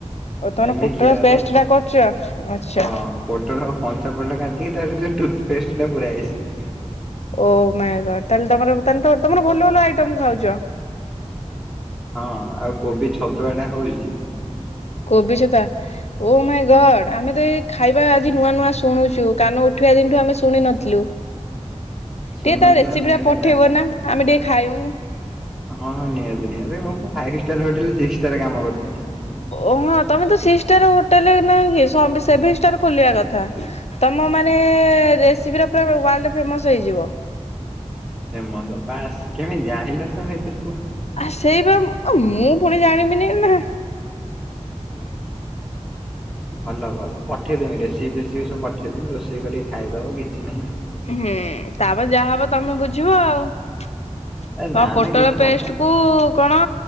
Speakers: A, on the left (about 65°); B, in the centre.
A: ଓ ତମର
B: ଏନେ
A: ପୋଟଳ
B: ଖିଆ ହବ
A: ପେଷ୍ଟ ଟା କରୁଛ ଆଚ୍ଛା।
B: ହଁ ପୋଟଳ କଞ୍ଚା ପଲଟା କାଟିକି ତାରେ ଟୁଥପେଷ୍ଟ ଟା ପୁରା ହେଇଛି
A: ଓ ମାଈ ଗଡ୍ ତାହଲେ ତମର ତା ହେଲେ ତମର ଭଲ ଭଲ ଆଇଟମ ଖାଉଛ।
B: ହଁ ଆଉ କୋବି ଛତୁଆ ଟା ହଉଛି।
A: କୋବିଛତୁଆ ଓ ମାଇ ଗଡ ଆମେ ତ ଏଇ ଖାଇବା ଆଜି ନୂଆ ନୂଆ ଶୁଣି ଶୁଣୁଛୁ କାନ ଉଠିବା ଦିନଠୁ ଆମେ ଶୁଣି ନଥିଲୁ। ଟିକେ
B: ଶୁଣୁନଥିଲା
A: ତା ରେସିପି
B: ନା
A: ଟା
B: ଏଟା
A: ପଠେଇବ ନା ଆମେ ଟିକେ ଖାଉ
B: ହଁ ହଁ ନିହାତି ନିହାତି ମୁଁ ଫ ହୋଟଲିକ୍ କାମ କରୁଥିଲି।
A: ଓ ହଁ ତମେ ସିକ୍ସ ଷ୍ଟାର୍ଟ ହୋଟେଲ ରେ ନାଁ କି ସେଭେନ ଷ୍ଟାର ଖୋଲିବା କଥା। ଆମ ମାନେ ରେସିପିର ପରା ୱର୍ଲ୍ଡ ଫେମସ ହେଇଯିବ।
B: ସେ ମ ବାସ୍ କେମିତି ଜାଣିଲ ତମେ ଏଥି
A: ଆ ସେଇ ବା ମୁଁ ପୁଣି ଜାଣିବିନି ନା।
B: ହଁ ହ ହଁ ଭଲ ଭଲ ପଠେଇଦମି ରେସି ଫସିପି ସବୁ ପଠେଇଦମି ରୋଷେଇ କର ଖାଇଦବ କିଛି ନାହିଁ।
A: ହୁଁ ତାପରେ ଯାହା ହବ ତମେ ବୁଝିବ ଆଉ। କଣ
B: ଏ ନା
A: ପୋଟଳ
B: ନା କିଛି
A: ପେଷ୍ଟ
B: ହବନି
A: କୁକଣ